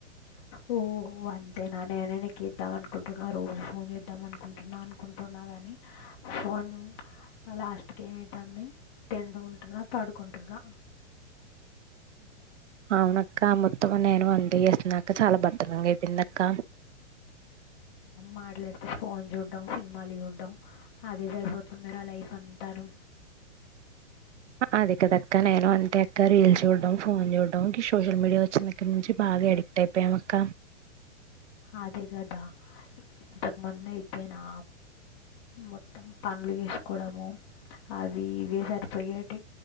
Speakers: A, on the left; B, on the right.
A: ఓ ఓహ అంతేనా నేనే నీకు చేద్దాం అనుకుంటున్నా రోజు ఫోన్ చేద్దాం అనుకుంటున్నాను అనుకుంటున్నా కానీ ఫోన్ లాస్ట్కి ఏమయ్యితంది తిండుకుంటున్నా పడుకుంటున్నా
B: అవునక్క మొత్తం నేను అంతే చేస్తున్నా అక్క చాలా భద్ధకం అయిపోయిందిక్క
A: మాట్లాడితే ఫోన్ చూడడం సినిమాలు చూడడం అదే సరిపోతుంది రా లైఫ్ అంతను
B: అదే కదక్క నేను అంతే అక్క రీల్స్ చూడడం ఫోన్ చూడడం గీ సోషల్ మీడియా వచ్చిన దగ్గర నుంచి బాగా ఎడిక్ట్ అయిపోయాను అక్క.
A: అదే కదా ఇంతకుముందు అయితే నా మొత్తం పనులు చేసుకోవడము అవి ఇవి సరిపోయేటి